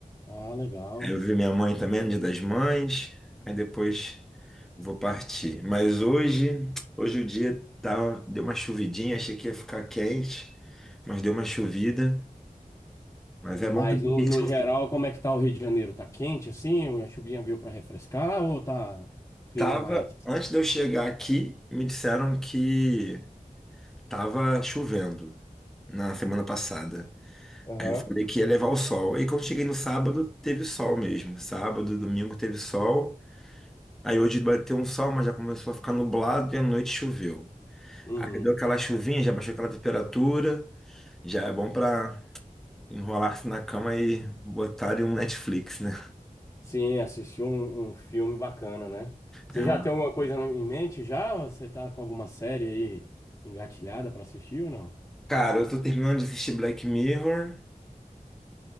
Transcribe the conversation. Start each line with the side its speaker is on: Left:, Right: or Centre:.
Left: Ah, legal.
Centre: Eu vi minha mãe também no Dia das Mães. Aí depois vou partir. Mas hoje, hoje o dia tá, deu uma chuvidinha. Achei que ia ficar quente, mas deu uma chuvida. Mas é
Left: Mas
Centre: bom também
Left: no,
Centre: que a gente
Left: no
Centre: consegue.
Left: geral, como é que tá o Rio de Janeiro? Tá quente assim? A chuvinha veio pra refrescar ou tá um clima
Centre: Tava,
Left: mais?
Centre: antes de eu chegar aqui, me disseram que tava chovendo na semana passada.
Left: Aham.
Centre: Aí eu falei que ia levar o sol. Aí quando cheguei no sábado, teve sol mesmo. Sábado, e domingo teve sol. Aí hoje bateu um sol, mas já começou a ficar nublado e à noite choveu.
Left: Uhum.
Centre: Aí deu aquela chuvinha, já baixou aquela temperatura. Já é bom pra enrolar-se na cama e botar em um Netflix, né?
Left: Sim, assisti um, um filme bacana, né? Você
Centre: É
Left: já
Centre: um-
Left: tem alguma coisa em mente já? Ou Você tá com alguma série aí engatilhada pra assistir ou não?
Centre: Cara, eu tô terminando de assistir Black Mirror,